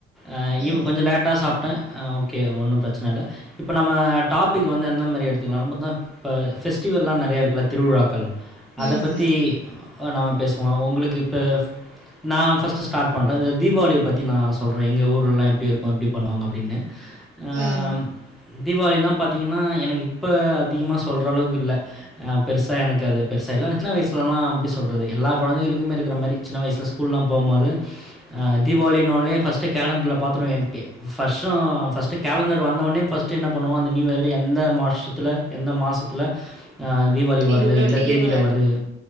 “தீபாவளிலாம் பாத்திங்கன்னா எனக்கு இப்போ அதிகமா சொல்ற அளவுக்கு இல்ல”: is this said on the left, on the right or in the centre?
Centre